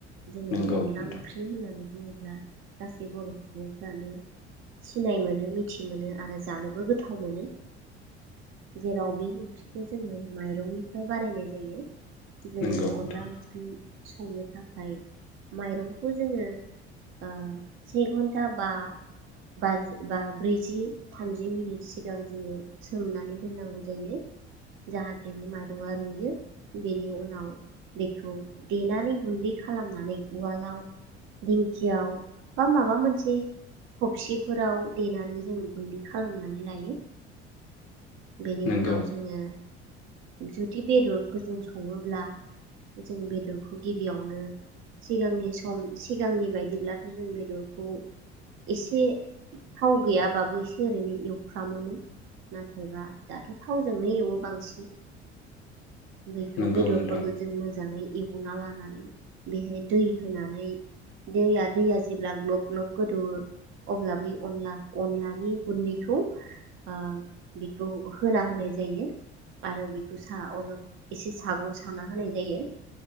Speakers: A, on the right; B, on the left.
A: जोङो
B: नोंगौ
A: अनला
B: नोंथां
A: ओंख्रि होननानै। होनुङोब्ला गासै बर' सुबुंफ्रानो सिनाय मोनो मिथि मोनो आरो जानोबो गोथ। गोथाव मोनो जेराव बे ओंख्रिखौ जोङो माइरंनिफ्राय बानायनाय जायो। जोङो
B: नोंगौ नोंथां
A: अनला ओंख्रि। संनो थाखाय माइरंखौ जोङो ओ से घन्टा बा बाजि बा ब्रैजि थामजि मिनिट। सिगां जोङो सोमनानै दोननांगौ जायो जाहाथे बे माइरङा रुयो बेनि उनाव बेखौ देनानै गुन्दै खालामनानै उवालाव दिंखियाव बा माबा मोनसे हबसि। फोराव देनानै जों। गुन्दै खालामनानै। लायो। बेनि
B: नोंगौ
A: उनाव जोङो। जुदि बेदरफोरजों सङोब्ला जों बेदरखौ गिबियावनो सिगांनि सम सिगांनि बायदिब्लाथ' जों बेदरखौ एसे थाव गैयाबाबो एसे ओरैनो एवफ्रामोमोन नाथायबा दाथ' थावजोंनो एवो बांसिन। बेखौ
B: नोंगौ
A: बेदरफोरखौ
B: नोंथां
A: जों मोजाङै। एवना लानानै बेहाय दै होनानै दैया दैया जेब्ला ग्लब ग्लब गोदौवो अब्लाबो। अनला अनलानि गुन्दैखौ। ओ बेखौ होना होनाय जायो। आरो बेखौ साह अल एसे सागं साना होनाय जायो।